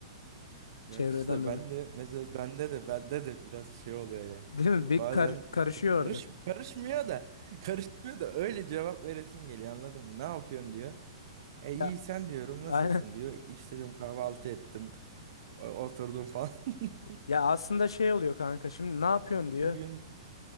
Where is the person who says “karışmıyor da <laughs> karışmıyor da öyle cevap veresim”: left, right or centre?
Right